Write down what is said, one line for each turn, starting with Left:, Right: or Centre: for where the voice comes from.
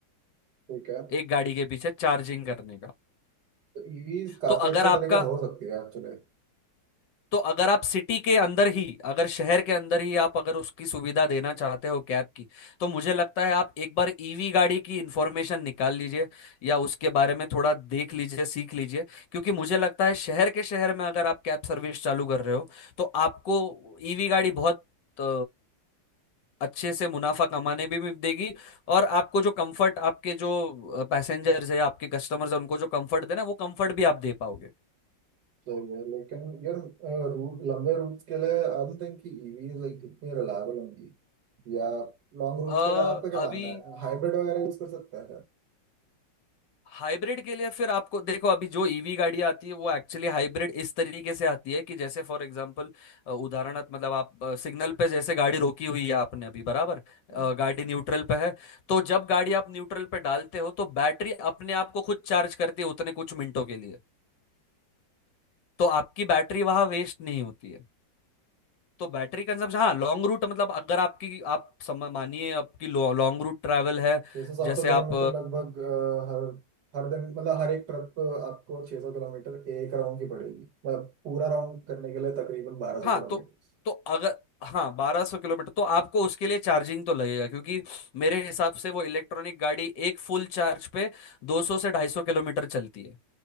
Right: ठीक है
Left: एक गाड़ी के पीछे चार्जिंग करने का
Right: तो ईवीज काफी
Left: तो
Right: अच्छा
Left: अगर आपका
Right: तरीका हो सकती है एक्चुअली
Left: तो अगर आप सिटी के अंदर ही अगर शहर के अंदर ही आप अगर उसकी सुविधा देना चाहते हो कैब की तो मुझे लगता है आप एक बार ईवी गाड़ी की इंफॉर्मेशन निकाल लीजिए या उसके बारे में थोड़ा देख लीजिए सीख लीजिए क्योंकि मुझे लगता है शहर के शहर में अगर आप कैब सर्विस चालू कर रहे हो तो आपको ईवी गाड़ी बहुत अ, अच्छे से मुनाफा कमाने भी, भी देगी और आपको जो कंफर्ट आपके जो पैसेंजर्स है आपके कस्टमर्स है उनको जो कंफर्ट देना है, वो कंफर्ट भी आप दे पाओगे
Right: तो ये लेकिन यार रूट लंबे रूट्स के लिए आई डोंट थिंक कि ईवीज लाइक इतनी रिलायबल होंगी या लॉन्ग रूट्स
Left: अ,
Right: के लिए आपका क्या
Left: अभी
Right: मानना है हाइब्रिड वगैरह यूज कर सकते हैं
Left: हाइब्रिड के लिए फिर आपको देखो अभी जो ईवी गाड़ी आती है वो एक्चुअली हाइब्रिड इस तरीके से आती है कि जैसे फॉर एग्जांपल उदाहरणार्थ मतलब आप सिग्नल पे जैसे गाड़ी रोकी हुई है आपने अभी बराबर
Right: शायद
Left: अ, गाड़ी न्यूट्रल पे है तो जब गाड़ी आप न्यूट्रल पे डालते हो तो बैटरी अपने आप को खुद चार्ज करती है उतने कुछ मिनटों के लिए तो आपकी बैटरी वहां वेस्ट नहीं होती है तो बैटरी कंजम्पशन हाँ लॉन्ग रूट मतलब अगर आपकी आप सम- मानिए आपकी लॉन्ग रूट ट्रैवल है
Right: छः सौ सात
Left: जैसे
Right: सौ किलोमीटर
Left: आप
Right: लगभग अ, हर हर दिन मतलब हर एक ट्रिप आपको 600 किलोमीटर एक राउंड की पड़ेगी मतलब पूरा राउंड करने के लिए तकरीबन 1200
Left: हाँ
Right: किलोमीटर
Left: तो तो अगर हाँ बारह सौ किलोमीटर तो आपको उसके लिए चार्जिंग तो लगेगा क्योंकि मेरे हिसाब से वो इलेक्ट्रॉनिक गाड़ी एक फुल चार्ज पे दो सौ से ढाई सौ किलोमीटर चलती है